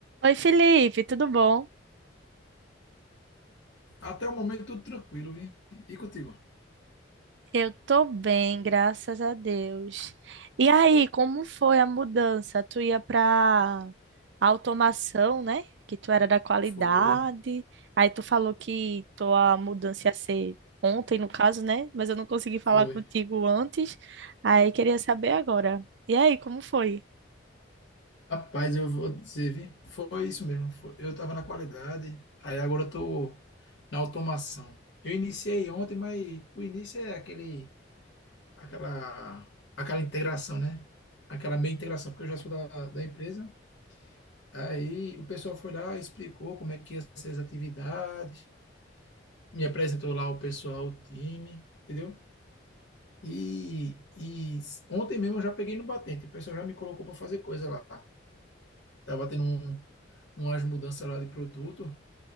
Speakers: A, on the right (about 65°); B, on the left (about 70°).
A: Oi, Felipe, tudo bom?
B: Até o momento tudo tranquilo, vi? E contigo?
A: Eu tô bem, graças a Deus. E aí, como foi a mudança? Tu ia para automação, né? Que tu era da qualidade.
B: Foi,
A: Aí tu falou que tua mudança ia ser ontem, no caso, né? Mas eu não consegui falar
B: foi.
A: contigo antes. Aí queria saber agora. E aí, como foi?
B: Rapaz, eu vou dizer, vi? Foi isso mesmo. foi. Eu estava na qualidade, aí agora eu tô na automação. Eu iniciei ontem, mas o início é aquele, aquela, aquela integração, né? Aquela meia integração, porque eu já sou da, da empresa. Aí o pessoal foi lá, explicou como é que ia ser as atividades, me apresentou lá o pessoal, o time, entendeu? E, e ontem mesmo eu já peguei no batente, o pessoal já me colocou para fazer coisa lá. Tava tendo um, umas mudanças lá de produto.